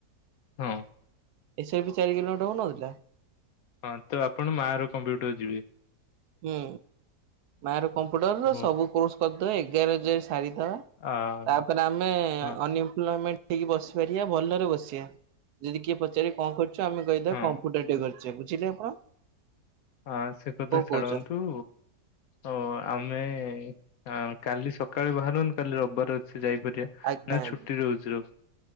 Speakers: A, on the left (about 65°); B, on the right (about 75°).
A: ହଁ।
B: ଏସ୍ ଆର୍ ପି ଚାରି କିଲୋମିଟର ହଉନଥିଲା?
A: ହଁ ତ ଆପଣ ମାଆ ର କମ୍ପ୍ୟୁଟର ଯିବେ?
B: ହୁଁ, ମା ର କମ୍ପ୍ୟୁଟର ର
A: ହଁ
B: ସବୁ କୋର୍ଷ କରିଦବା, ଏଗାର ହଜାର ସାରିଦବା।
A: ଆ,
B: ତାପରେ ଆମେ
A: ହଁ
B: ଅନଇପ୍ଲୋମେଣ୍ଟ ହେଇକି ବସିପାରିବା ଭଲରେ ବସିବା। ଯଦି କିଏ ପଚାରେ କଣ କର ଚୁ, ଆମେ କହିଦବା
A: ହଁ
B: କମ୍ପୁଟର ଟେ କରିଛେ ବୁଝିଲେ ଆପଣ?
A: ହଁ ସେ କଥା
B: କଣ
A: ଛାଡ଼ନ୍ତୁ।
B: କହୁଛ
A: ଓ ଆମେ ଅଁ, କାଲି ସକାଳୁ ବାହାରନ୍ତୁ କାଲି ରବବାର ଅଛି ଯାଇପାରିବା।
B: ଆଜ୍ଞା
A: ନା
B: ଆଜ୍ଞା
A: ଛୁଟି ରହୁଛୁ ରବ